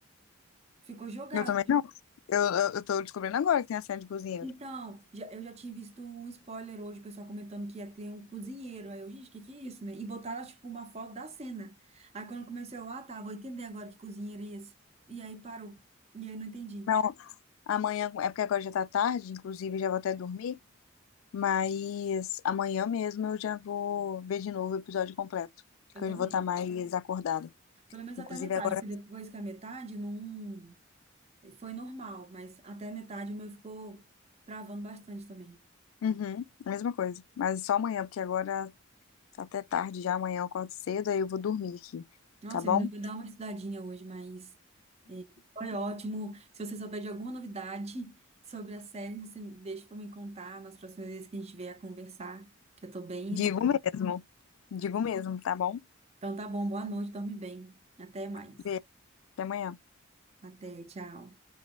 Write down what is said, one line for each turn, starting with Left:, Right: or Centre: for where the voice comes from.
Right: Ficou jogado.
Left: Eu também não. Eu, eu, eu tô descobrindo agora que tem a cena de cozinheiro.
Right: Então, já- eu já tinha visto um spoiler hoje, o pessoal comentando que ia ter um cozinheiro. Aí eu, gente, o que que é isso, né? E botaram, tipo, uma foto da cena. Aí quando comecei, eu, ah, tá, vou entender agora que cozinheiro é esse. E aí parou. E aí não entendi.
Left: Não, amanhã, é porque agora já tá tarde, inclusive já vou até dormir, mas amanhã mesmo eu já vou ver de novo o episódio completo,
Right: Eu
Left: que
Right: também.
Left: eu vou estar mais acordada.
Right: Pelo menos
Left: Inclusive
Right: até a metade,
Left: agora,
Right: porque depois que a metade não. Foi normal, mas até a metade o meu ficou travando bastante também.
Left: uhum, a mesma coisa, mas só amanhã, porque agora tá até tarde já, amanhã eu acordo cedo, aí eu vou dormir aqui,
Right: Nossa,
Left: tá bom?
Right: eu ainda vou dar uma estudadinha hoje, mas é, foi ótimo. Se você souber de alguma novidade sobre a série, você me deixa para me contar nas próximas vezes que a gente vier a conversar, que eu tô bem.
Left: Digo mesmo, digo mesmo, tá bom?
Right: Então tá bom, boa noite, dorme bem. Até mais.
Left: Beijo, até amanhã.
Right: Até, tchau.